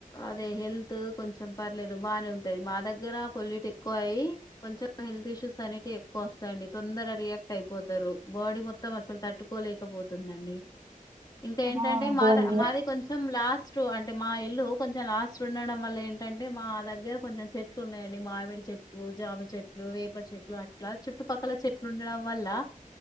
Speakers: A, on the left; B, on the right.
A: అదే హెల్త్ కొంచెం పర్లేదు బాగానే ఉంటుంది మా దగ్గర పొల్యూట్ ఎక్కువ అయ్య కొంచెం హెల్త్ ఇష్యూస్ అనేటివి ఎక్కువ వస్తాందిండి తొందర రియాక్ట్ అయిపోతారు బాడీ మొత్తం అస్సలు తట్టుకోలేకపోతుందండి ఇంకా
B: ఆ
A: ఏంటంటే
B: అదే
A: మాది
B: అండి
A: మాది కొంచెం లాస్ట్ టు అంటే మా ఇల్లు కొంచెం లాస్ట్ ఉండడం వల్ల ఏంటంటే మా దగ్గర కొంచెం చెట్లు ఉన్నాయంండి మామిడి చెట్లు జామ చెట్లు వేప చెట్లు అట్లా చుట్టుపక్కల చెట్లు ఉండడం వల్ల